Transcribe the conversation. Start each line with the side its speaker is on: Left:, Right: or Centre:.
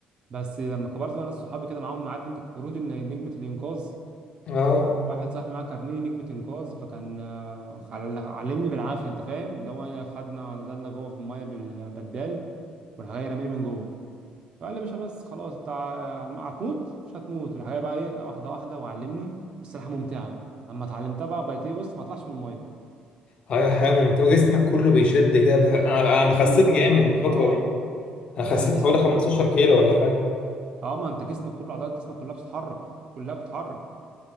Right: بس لما كبرت بقى ناس صحابي كده معاهم عارف انت كروت إن- نجمه الانقاذ
Left: اه
Right: واحد صاحبي معاه كارنيه نجمه انقاذ فكان آه، خل- علمني بالعافيه انت فاهم اللي هو إيه، خدنا نزلنا جوه في الميه بالبدال وراح جاي رماني من جوه فقال لي يا باشا بس خلاص انت ع- هتموت مش هتموت راح جاي بقى ايه واحده واحده وعلمني السباحه ممتعه بقى لما اتعلمتها بقى بقيت ايه بص ما اطلعش من الميه
Left: هي حياة ممتعة وجسمك كله بيشد كده بتح- انا أنا خسيت
Right: كله كده
Left: جامد
Right: طالع من
Left: الفترة
Right: اه
Left: دي انا خسيت
Right: ده يحصل
Left: حوالي
Right: له كده
Left: 15 كيلو ولا حاجه
Right: اه ما انت جسمك كله عضلات جسمك كلها بتتحرك كلها بتتحرك